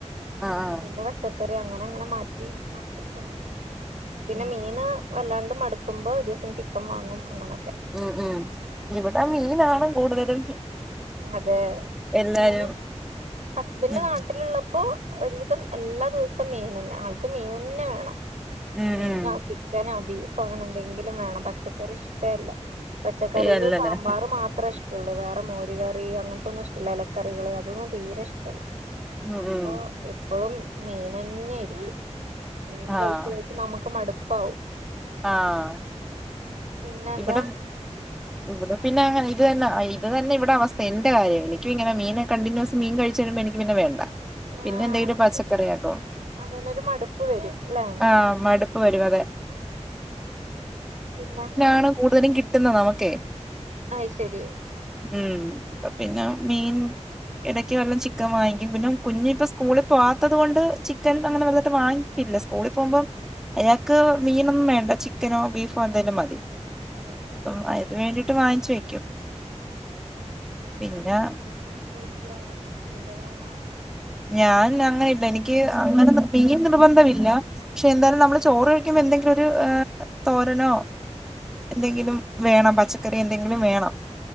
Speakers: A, in the centre; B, on the right.
A: ആഹ്
B: അപ്പൊ
A: ആഹ്
B: പിന്നെ പച്ചക്ക ക്കറി അങ്ങനെ ങ്ങനെ മാറ്റി <unintelligible> അങ്ങനെ പിന്നെ
A: ഉം
B: മീണ് വല്ലാണ്ട് മടുക്കുമ്പോ ഒരു സം ചിക്കൻ വാങ്ങും അങ്ങനെ.
A: ഉം ഉം ഇവിടെ മീനാണ് കൂടുതലും.
B: അതെ.
A: എല്ലാരും
B: ഞാന് ഹസ്ബന്റ്
A: ഉം
B: നാട്ടിലുള്ളപ്പോ ഒരുവിധം എല്ലാ ദിവസം മീൻ തന്നെ ആൾക്ക് മീൻ തന്നെ വേണം.
A: ഉം
B: മീനാ
A: ഉം
B: ചിക്കനോ ബീ ഇപ്പ അങ്ങനെ എന്തെങ്കിലും വേണം പച്ചക്കറി ഇഷ്‌ട്ടെ അല്ല. പച്ചക്കറിയില്
A: അയ്യല്ലല്ലേ
B: സാമ്പാർ മാത്രേ ഇഷ്ടള്ളു വേറെ മോ അങ്ങനത്തൊന്നും ഇഷ്ടല്ല ഇലക്കറികള് അതൊന്നും തീരെ ഇഷ്ടല്ല.
A: ഉം
B: അപ്പൊ
A: ഉം
B: എപ്പളും മീനന്നെ ആയിരിക്കും. മീന്
A: ആഹ്
B: കഴിച്ച് കഴിച്ച് നമുക്ക് മടു പ്പാവും.
A: ആഹ്.
B: പിന്നെ എന്താ
A: ഇവിടം ഇവിടെ പിന്നെ അയിത് തന്ന അ ത് തന്നെ ഇവിടെ അവസ്ഥ എന്റെ കാര്യം എനിക്കു ഇങ്ങനെ മീന് കണ്ടിന്യൂസ് മീൻ കഴിച്ചുഴിയുമ്പോ എനിക്ക് പിന്നെ വേണ്ട.
B: ആഹ്
A: പിന്നെ എന്തെങ്കിലും
B: നമുക്ക്
A: പച്ചക്കറിയാക്കും
B: അതന്നെ ഒരു മടുപ്പ് വരും ല്ലേ ഉം
A: ആഹ് മടുപ്പ് വരും അതെ
B: പിന്നെ
A: ആണ് കൂടുതലും കിട്ടുന്ന നമുക്കെ
B: അയ്ശരി
A: ഉം. പിന്നെ മീൻ എടക്ക് വല്ലം ചിക്കൻ വാങ്ങിക്കും പിന്നെ കുഞ്ഞിപ്പ സ്കൂളിൽ പോവാത്തത് കൊണ്ട് ചിക്കൻ അങ്ങനെ വലുതായിട്ട് വാങ്ങിപ്പില്ല സ്കൂളിൽ പോകുമ്പോം അയാക്ക്
B: ഉം
A: മീനൊന്നും വേണ്ട ചി ക്കനോ ബീഫോ എന്തേലും മതി
B: അത് ശരി
A: അപ്പം അയിന് വേണ്ടിട്ട് വാങ്ങിച്ച് വെക്കും പിന്നെ
B: ക്കാ വെജിറ്റബിളാണോ
A: ഞാൻ അങ്ങനെ ഇല്ല എനി ക്ക് അങ്ങനെ മീൻ നിർബന്ധമില്ല ക്ഷെ എന്താലും നമ്മള് ചോറ് കഴിക്കുമ്പോ എന്തെങ്കിലും ഒരു ഏഹ് തോരനോ എന്തെങ്കിലും വേണം പച്ചക്കറി എന്തെങ്കിലും വേണം